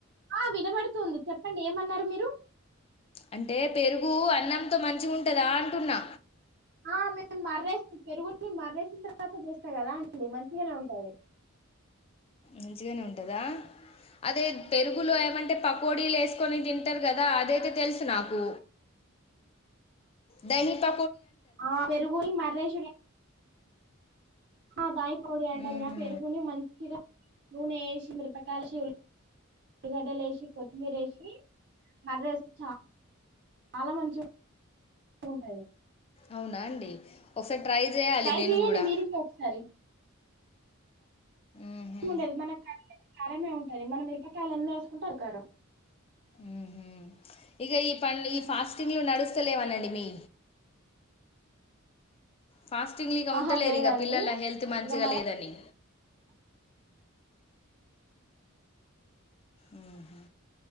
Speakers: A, on the right; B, on the left.
A: ఆహ్ వినబడుతుంది చెప్పండి ఏమన్నారు మీరు.
B: అంటే పెరుగు అన్నంతో మంచిగుంటదా అంటున్నా.
A: ఆహ్ మేము మర్రేస్త పెరుగుని మర్రేసిన తర్వాత చేస్తా కదా అండి మంచిగానే ఉంటది.
B: మంచిగానే ఉంటదా అదే పెరుగులో ఏమంటే పకోడీలు వేస్ కొని తింటారు కదా అదైతే తెలుసు. నాకు డైని ప్
A: ఆహ్ పెరుగును మర్రేసుడు. అదాయి కోడి అంటారు
B: ఊహు
A: గానీ పేరుగుని మంచిగా. నూనె యేసి మిరపకాయలేసి ఉల్లిగడ్డలు యేసి కొత్తిమీర యేసి మర్ర వేస్తే చ చాలా మంచిగ ఉంటది.
B: అవునా అండి. ఒకసారి ట్రై చేయాలి
A: ట్రై
B: నేను
A: చెయండి
B: కూడా
A: మీరింట్లో ఒకసారి.
B: ఊహు
A: ఉండది మన క కరమే ఉంటుది మనం ఇరపకాయలు ఎన్ని వేసుకుంటే ఆ కరం
B: మ్ మ్ ఇగా ఈ పం ఈ ఫాస్టింగ్ లో నడు అస్సలేవనండి మీ ఫాస్టింగ్ ఇక
A: ఆహా
B: ఉండలేరు
A: లేదండి
B: ఇక పిల్లల హెల్త్ మంచిగా
A: ఇక మళ్ళా
B: లేదని మ్ హు